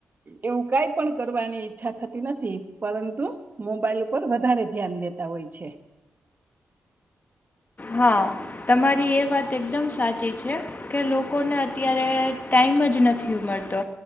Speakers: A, on the right (about 40°); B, on the left (about 40°).
A: એવું કાઈ પણ કરવાની ઈચ્છા થતી નથી, પરંતુ મોબાઈલ ઉપર વધારે ધ્યાન દેતા હોય છે.
B: હા તમારી એ વાત એકદમ સાચી છે. કે લોકોને અત્યારે ટાઈમ જ નથી મળતો